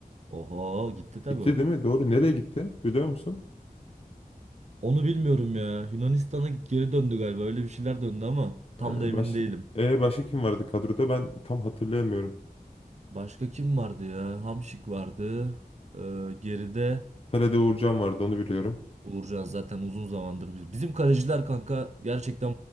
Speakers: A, on the right (about 45°); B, on the left (about 40°).
A: Oho gitti tabii
B: Gitti
A: o.
B: değil mi? Doğru. Nereye gitti? Biliyor musun?
A: Onu bilmiyorum ya. Yunanistan'a geri döndü galiba öyle bir şeyler döndü ama tam
B: Ee,
A: da emin
B: baş...
A: değilim.
B: E, başka kim vardı kadroda? Ben tam hatırlayamıyorum.
A: Başka kim vardı ya? Hamşik vardı. Ee, geride.
B: Pele'de Uğurcan vardı onu biliyorum.
A: Uğurcan zaten uzun zamandır biz. Bizim kaleciler kanka gerçekten